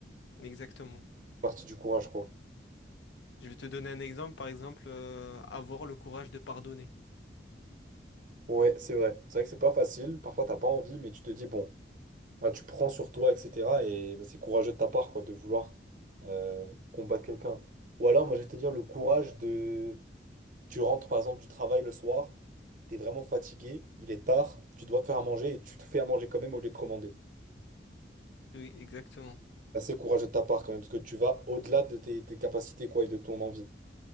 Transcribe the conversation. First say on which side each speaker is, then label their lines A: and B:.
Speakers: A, on the left; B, on the right.
A: Exactement.
B: Partie du courage, quoi.
A: Je vais te donner un exemple, par exemple, euh, avoir le courage de pardonner.
B: Ouais, c'est vrai. C'est vrai que c'est pas facile. Parfois, t'as pas envie, mais tu te dis, bon, ouais, tu prends sur toi, etc. Et bah, c'est courageux de ta part, quoi, de vouloir euh, combattre quelqu'un. Ou alors, moi, je vais te dire le courage de. Tu rentres, par exemple, du travail le soir, t'es vraiment fatigué, il est tard, tu dois te faire à manger et tu te fais à manger quand même au lieu de commander.
A: Oui, exactement.
B: Assez courageux de ta part quand même, parce que tu vas au-delà de tes, tes capacités quoi, et de ton envie.